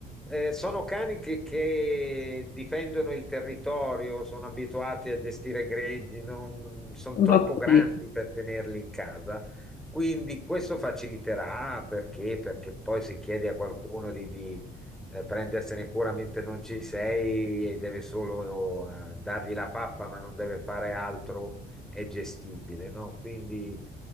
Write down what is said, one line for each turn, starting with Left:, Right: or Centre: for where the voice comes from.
Centre: Eh, sono cani che, che difendono il territorio, sono abituati a gestire greggi, non, sono
Left: Non
Centre: troppo
Left: ho capito.
Centre: grandi per tenerli in casa quindi questo faciliterà perché? Perché poi se chiedi a qualcuno di, di, eh, prendersene cura mentre non ci sei e deve solo eh, dargli la pappa ma non deve fare altro, è gestibile, no? Quindi